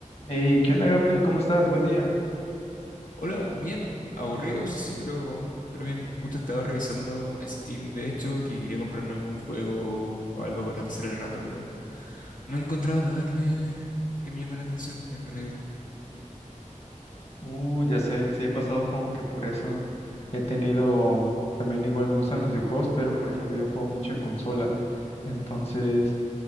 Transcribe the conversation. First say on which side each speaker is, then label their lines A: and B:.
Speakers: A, on the left; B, on the left.
A: Hey, ¿qué onda, Gabriel? ¿Cómo estás? Buen día.
B: Hola, bien, aburrido, eso sí, pero, pero bien. Justo estaba revisando Steam, de hecho, que quería comprarme algún juego o algo para pasar el rato, pero no he encontrado nada que me, que me llame la atención, en realidad.
A: Uh, ya sé, sí he pasado como que por eso. He tenido, también igual me gustan los videojuegos, pero por ejemplo yo juego mucho en consola. Entonces,